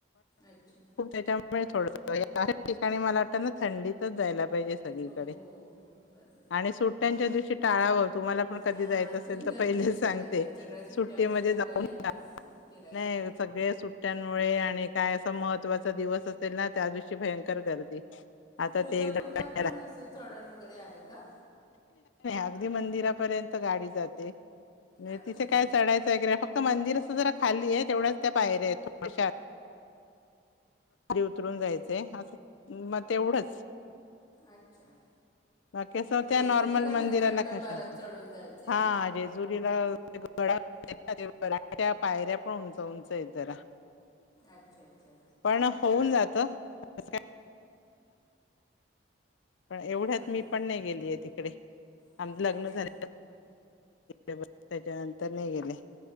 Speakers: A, on the left; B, on the left.
A: अच्छा
B: त्याच्यामुळे थोड अश ठिकाणी मला आता न थंडीतच जायला. हो, हेच तर आहे सगळीकडे
A: हो हो हो बरोबर
B: आणि सुट्ट्यांच्या दिवशी टाळावं तुम्हाला पण कधी
A: हां
B: जायचं
A: अजून
B: असेल
A: गर्दी
B: तर पहिलेच
A: असते
B: सांगते
A: कारण सगळ्या सुट्ट्यामुळे
B: सुट्टीमध्ये
A: लोक
B: जाऊ
A: येतात
B: नका.
A: ना फिरायला
B: नाही, सगळे सुट्ट्यांमुळे. आणि काय असा महत्त्वाचा दिवस असेल ना त्या दिवशी भयंकर गर्दी. आता
A: तुळजापूरला
B: ते एकदा
A: पण अस चढण वगैरे आहे का?
B: अगदी मंदिरापर्यंत गाडी जाते. नाही
A: अच्छा
B: तिथे काय चढायचं वगैरे फक्त. मंदिर असं जरा. खाली आहे तेवढ्याच त्या बाहेर आहेत थोडश उतरून जायचंय असं मग तेवढंच.
A: अच्छा..
B: बाकी असं त्या
A: जेजुरीला
B: नॉर्मल मंदिराला
A: मला वाटत
B: कशा
A: बरात
B: असं
A: चढून जायचय
B: हा
A: ना?
B: <unintelligible> पायऱ्या पण उंच उंच येत जरा.
A: अच्छा.. अच्छा.
B: पण होऊन जात तस पण एवढ्यात..
A: हां
B: मी
A: हां
B: पण नाही गेलीये तिकडे.
A: हां
B: आणि लग्न
A: अच्छा
B: झाल त्याच्या नंतर नही गेली.